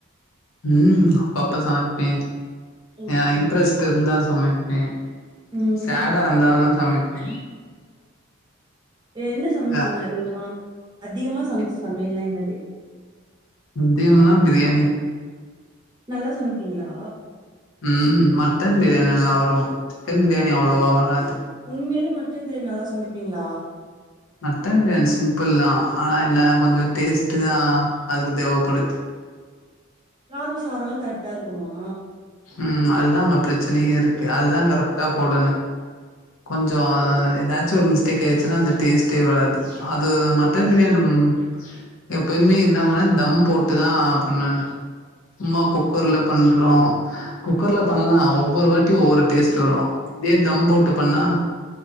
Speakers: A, on the left; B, on the right.
A: ம் அப்பப்ப சமைப்பே
B: ஓகே.
A: அ இன்ட்ரெஸ்ட் இருந்தா சமைப்பே
B: ம்.
A: சேடாருந்தாலு சமைப்பே
B: அ என்ன சமைப்பீங்க
A: இல்ல
B: அதிகமா அதிகமா சமைச்ச சமையல்லா என்னது
A: ப்பேமுன்னா பிரியாணி
B: நல்லா சமைப்பீங்களா
A: ம் மட்டன் பிரியாணி நல்லா வரு சிக்கன் பிரியாணி அவ்ளோவா வராது
B: உண்மையிலு மட்டன் பிரியாணி நல்லா சமைப்பீங்களா
A: மட்டன் பிரியாணி சிம்பிள் தா ஆனா என்ன கொஞ்சோ டேஸ்ட்டு தா அதுக்கு தேவப்படுது
B: காரோ சாரோல்லா கரெக்ட்டா இருக்குமா
A: ம் அதுதா அங்க பிரச்சனை இருக்கு அதுதா கரெக்ட்டா போடணு கொஞ்சோ எதாச்சு ஒரு மிஸ்டேக் ஆயிர்ச்சுன்னா அந்த டேஸ்ட்டே வராது அது ம மட்டன் பிரியாணி ம் எப்பயுமே இன்ன பண்ண தம் போட்டுதா பண்ணனு சும்மா குக்கர்ல பண்றோ குக்கர்ல பண்லா ஒவ்வொரு வாட்டி ஒவ்வொரு டேஸ்ட் வரும் இதே தம் போட்டு பண்ணா